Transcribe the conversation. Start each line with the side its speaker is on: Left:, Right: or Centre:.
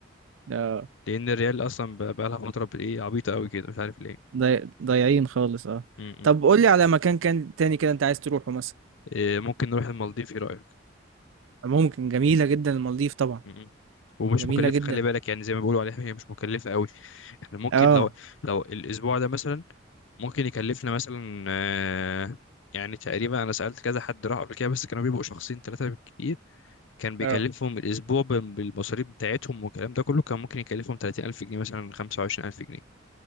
Right: آه،
Left: لان الريال اصلا بقى بقى لها فتره بايه عبيطه قوي كده مش عارف ليه
Right: ضاي- ضايعين خالص اه
Left: م- م.
Right: طب قول لي على مكان كان تاني كده انت عايز تروحه مثلا
Left: إيه، ممكن نروح المالديف ايه رايك
Right: ممكن جميله جدا المالديف طبعا
Left: م- م. ومش
Right: جميله
Left: مكلفه
Right: جدا
Left: خلي بالك يعني زي ما بيقولوا عليها هي مش مكلفه قوي احنا ممكن
Right: اه
Left: لو لو الاسبوع ده مثلا ممكن يكلفنا مثلا آه، يعني تقريبا انا سألت كذا حد راح قبل كده بس كانوا بيبقوا شخصين ثلاثة بالكتير كان بيكلفهم
Right: اه
Left: الأسبوع بال- بالمصاريف بتاعتهم والكلام ده كله كان ممكن يكلفهم 30000 جنيه مثلا 25000 جنيه